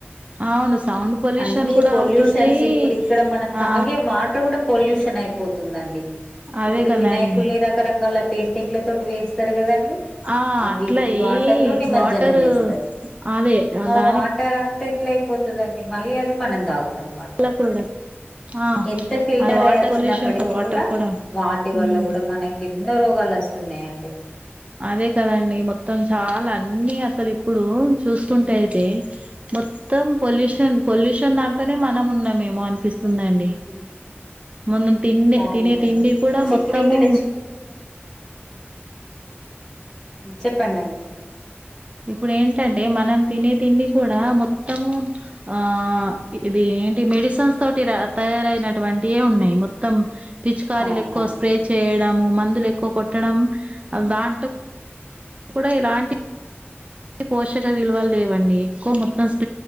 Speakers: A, on the right; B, on the left.
A: అవును సౌండ్ పొల్యూషన్
B: అన్ని
A: కూడా
B: పొల్యూషన్స్
A: అవుతుంది
B: ఇప్పుడు ఇక్కడ మనం
A: ఆ
B: తాగే వాటర్ కూడా పొల్యూషన్ షన్ అయిపోతుందండి
A: అదే
B: ఇప్పుడు
A: కదండి
B: వినాయకుల్ని రకరకాల పెయింటింగ్ల తోటి వేస్తారు కదండి
A: ఆ
B: అవి
A: అట్లా
B: ఈ వాటర్ లో నిమజ్జనం
A: వాటరు
B: చేస్తారు
A: అదే
B: ఆ
A: దాని
B: వాటర్ అంతా ఎట్ల అయిపోతది అంటే మళ్ళీ అది మనం దాగు త్త వాటర్
A: వల్ల కూడా ఆ
B: ఎంత ఫిల్టర్
A: అది వాటర్
B: అయి వచ్చినప్పటికి
A: పొల్యూషన్ వాటర్
B: కూడా వాటి వల్ల
A: ఉమ్
B: కూడా మనకి ఎన్నో రోగాలు వస్తున్నాయండి.
A: అదే కదండి మొత్తం చాలా అన్ని అస్ అసలు ఇప్పుడు చూసుకుంటే
B: ఉమ్
A: అయితే మొత్తం పొల్యూషన్ పొల్యూషన్ దాంట్లోనే మనం ఉన్నామేమో అనిపిస్తుందండి
B: ఉమ్
A: మనం తిండే
B: అవునండి
A: తినే తిండి కూడా మొత్తము
B: ఇప్పుడు ఇక్కడ చెప్పండండి
A: ఇప్పుడు ఏంటంటే మనం తినే తిండి కూడా మొత్తము ఆ ఇది ఏంటి మెడిసిన్స్ తోటి తయారయినటువంటియే ఉన్నాయి మొత్తం. పిచికారీలు
B: అవునండి
A: ఎక్కువ స్ప్రే చేయడము మ అందులో ఎక్కువ కో డం ఆ దాంట్లో కూడా ఇలాంటి పోషక విలువలు లేవండి కో ఆ